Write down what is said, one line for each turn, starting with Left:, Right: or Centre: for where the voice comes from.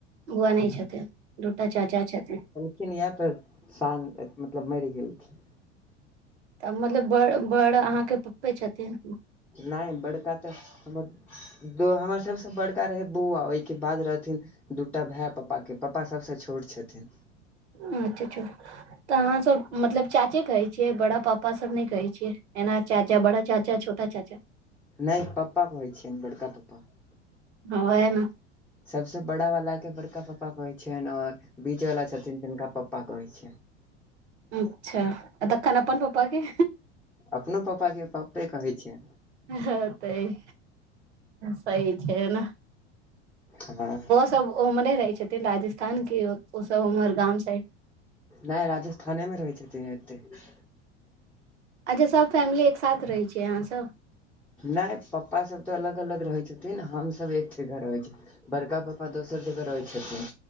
Right: बौआ नहि छथिन दूटा चाचा छथिन।
Centre: खिन इह तऽ साँ मतलब मरि गेल छै।
Right: तऽ मतलब बड़ बड़ अहाँकेँ पप्पे छथिन
Centre: नहि बड़का त हमर हमर सभसँ बड़का रहै बौआ ओहिके बाद रहथिन दूटा भाय पापा के पप्पा सभसँ छोट छथिन
Right: अच्छा अच्छा तऽ अहाँ सभ मतलब चाचे कहै छियै बड़ा पापा सभ नहि कहै छियै एना चाचा बड़ा चाचा छोटा चाचा।
Centre: नहि पप्पा कहै छियनि बड़का पप्पा
Right: हँ इन।
Centre: सभसँ बड़ा वाला के बड़का पापा कहै छियनि और बीच वाला छथिन तिनका प्पा कहै छैय।
Right: अच्छा आ तखन अपन पापाके
Centre: अपनो पापा के पप्पे कहैन छिए
Right: हँ तऽ सही छैय न
Centre: हँ।
Right: सभ ओम्हरे रहै छथिन राजस्थान के ओसभ उम्हर गाम साइड
Centre: नहि राजस्थाने मे रहै छथिन एतेक
Right: अच्छा सभ फैमिली एकसाथ रहै छियै अहाँसभ।
Centre: नहि पप्पा सभ तऽ अलग अलग रहै छथिन हमसभ एक। जह रहै छै बड़का पापा दोसर जगह रहै छथिन